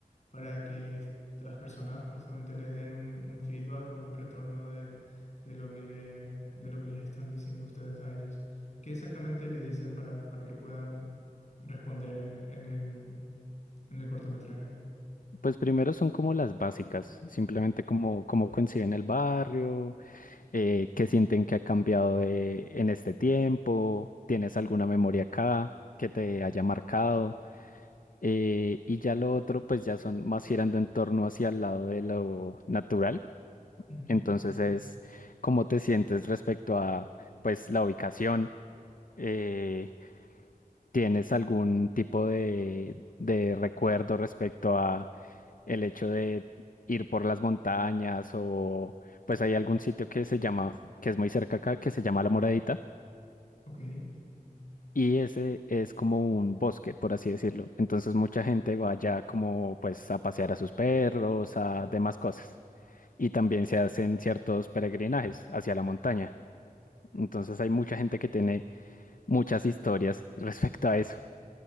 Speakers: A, on the left; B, on the left.
A: para que estas personas justamente le den un, un feedback o un retorno de, de lo que le, de lo que les están diciendo ustedes a ellos? ¿Qué exactamente le dicen para, para que puedan responder en, en el, en el cortometraje?
B: Pues primero son como las básicas, simplemente como cómo conciben el barrio, eh, qué sienten que ha cambiado de, en este tiempo, tienes alguna memoria acá que te haya marcado, eh, y ya lo otro, pues ya son más girando en torno hacia el lado de lo natural,
A: Ujú,
B: entonces es cómo te sientes respecto a, pues, la ubicación, eh, tienes algún tipo de, de recuerdo respecto a el hecho de ir por las montañas o pues hay algún sitio que se llama, que es muy cerca acá, que se llama La Moradita,
A: Ok.
B: Y ese es como un bosque, por así decirlo. Entonces mucha gente va allá como pues a pasear a sus perros, a demás cosas. Y también se hacen ciertos peregrinajes hacia la montaña. Entonces hay mucha gente que tiene muchas historias <laughs> respecto a eso.